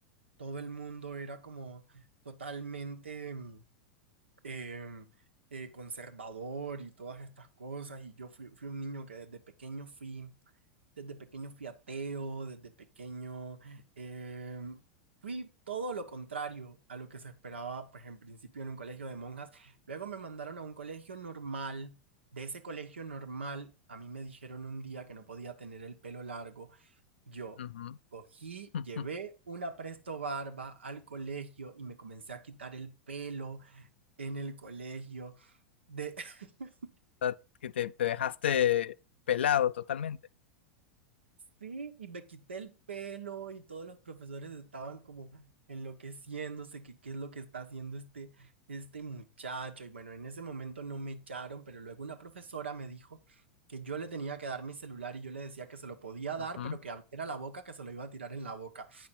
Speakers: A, on the right; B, on the left.
A: todo el mundo era como totalmente mm, em, eh, conservador y todas estas cosas. Y yo fui, fui un niño que desde pequeño fui desde pequeño fui ateo, desde pequeño eh, fui todo lo contrario a lo que se esperaba, pues en principio en un colegio de monjas. Luego me mandaron a un colegio normal. De ese colegio normal, a mí me dijeron un día que no podía tener el pelo largo. Yo
B: verdad.
A: cogí,
B: Ujú.
A: llevé
B: <laughs>
A: una presto barba al colegio y me comencé a quitar el pelo en el colegio. De, <laughs>
B: O sea, que te, te dejaste pelado totalmente.
A: Sí, y me quité el pelo y todos los profesores estaban como enloqueciéndose, que qué es lo que está haciendo este, este muchacho. Y bueno, en ese momento no me echaron, pero luego una profesora me dijo que yo le tenía que dar mi celular y yo le decía que se lo podía
B: Ujú.
A: dar, pero que abriera la boca, que se lo iba a tirar en la boca.